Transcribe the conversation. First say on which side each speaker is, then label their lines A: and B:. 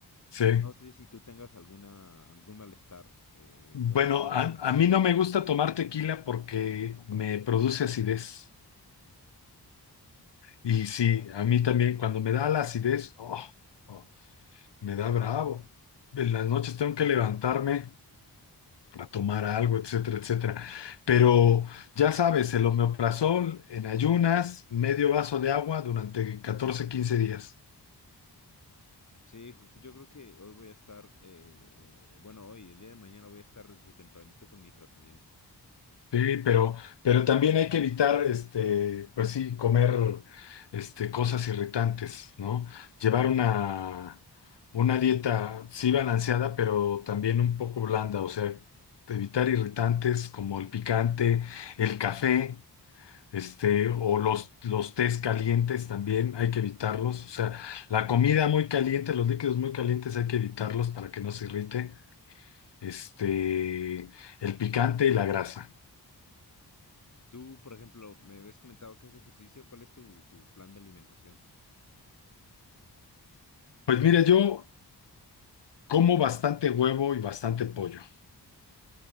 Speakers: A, on the left (about 80°); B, on the left (about 45°).
A: sí.
B: No sé si tú tengas alguna, algún malestar eh,
A: Bueno,
B: con el estómago.
A: a, a mí no me gusta tomar tequila porque me produce acidez. Y sí, a mí también cuando me da la acidez, oh, oh, me da bravo. En las noches tengo que levantarme a tomar algo, etcétera, etcétera. Pero ya sabes, el omeprazol en ayunas, medio vaso de agua durante 14 15 días.
B: Sí, ju- yo creo que hoy voy a estar. eh, eh, bueno, hoy, el día de mañana voy a estar desde tempranito con mi tratamiento.
A: Sí, pero, pero también hay que evitar, este, pues sí, comer, este, cosas irritantes, ¿no? Llevar una, una dieta, sí, balanceada, pero también un poco blanda, o sea, evitar irritantes como el picante, el café, este, o los, los tés calientes también hay que evitarlos, o sea, la comida muy caliente, los líquidos muy calientes hay que evitarlos para que no se irrite, este, el picante y la grasa.
B: Tú, por ejemplo, me habías comentado que haces ejercicio. ¿Cuál es tu, tu plan de alimentación?
A: Pues mira, yo como bastante huevo y bastante pollo.